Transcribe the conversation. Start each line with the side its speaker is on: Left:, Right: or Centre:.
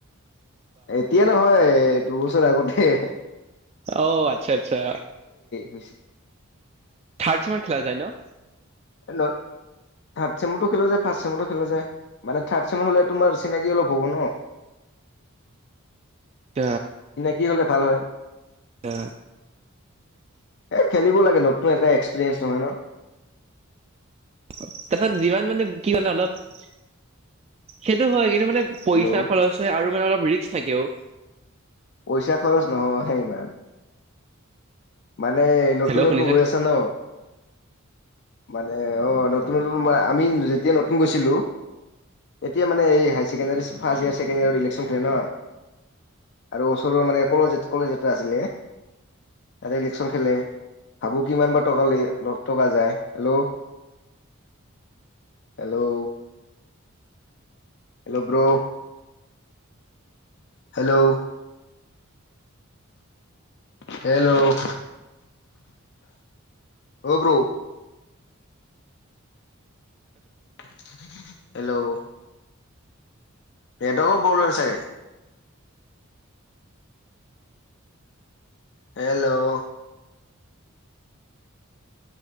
Left: এতিয়া নহয় দুবছৰ আগত হে এহে
Right: অহঔ আচ্ছা আচ্ছা
Left: হৈছিলে
Right: থাৰ্ড চেমৰ খেলা যায় ন।
Left: হেল্ল থাৰ্ড চেমতো খেলো যে ফাৰ্ষ চেমতো খেলো যে মানে থাৰ্ড চেমত হ'লে তোমাৰ চিনাকি অলপ হ'ব ন।
Right: ত
Left: কি হ'লে ভাল হয়।
Right: এ
Left: হেইত খেলিব লাগে নতুন এ একসপিৰিয়ঞ্চ নহয় ন।
Right: তাৰ পিছত যিমান মানে কি জান অলপ সেইটো হয় কিন্তু মানে। পইচা
Left: হেল্ল'
Right: খৰচ হয় আৰু মানে অলপ ৰিক্স থাকে অ।
Left: পইচা খৰচ নহওঁহে ইমান। মানে নতুন
Right: হেল্ল'
Left: নতুন
Right: শুনিছে
Left: গৈ আছা ন! মানে অ নতুন নতুন ম আমি যেতিয়া নতুন গৈছিলোঁ, তেতিয়া মানে এই high secondary first year second ইয়াৰত ইলেকশ্যন খেলে ন। আৰু ওচৰৰ মানে কলেজ কলেজ এটা আছিলে, তাতে ইলেকশচন খেলে ভাবোঁ কিমান বা টকা ল টকা যায় hello hello. Hello bro. Hello hello অ ব্ৰু। হেল্ল' । নটৱকৰ প্ৰব্লেম চাগে। হেল্ল'